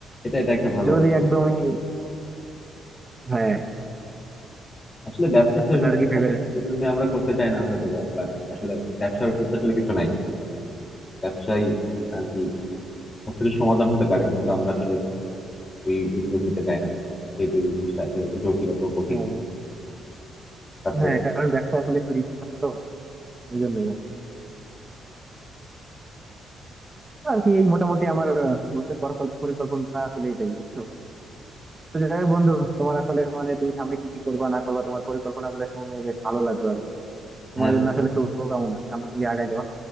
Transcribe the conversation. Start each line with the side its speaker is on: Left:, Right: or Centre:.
Left: এটা এটা একটা ভালো
Right: যদি একদমই হ্যাঁ
Left: আসলে ব্যবসাতে
Right: ওটা
Left: risk
Right: আর কি ভেবে
Left: থাকে,
Right: রাখছি
Left: তো ওই জন্য আমরা করতে চাই না হয়তো বা বাট আসলে ব্যবসার উপর তো আসলে কিছু নাই ব্যবসায়ী আর কি সবকিছু সমাধান হতে পারে কিন্তু আমরা আসলে ওই উদ্যোগ নিতে চাই না যেহেতু এই জিনিসটা আসলে একটু জটিল অথবা কঠিন
Right: হ্যাঁ
Left: হবে আচ্ছা
Right: হ্যাঁ কারণ ব্যবসা আসলে একটু রিস্ক থাকে তো এই জন্যই আর কি। আর কি এই মোটামুটি আমার আহ, ভবিষ্যৎ পরিকল্পনা আসলে এটাই বুঝছো তো যাই হোক বন্ধু তোমার আসলে মানে তুমি সামনে কি কি করবা না করবা তোমার পরিকল্পনা গুলো শুনে বেশ ভালো লাগলো আর কি তোমার
Left: হ্যাঁ
Right: জন্য আসলে শুভকামনা সামনের দিকে আগায় যাও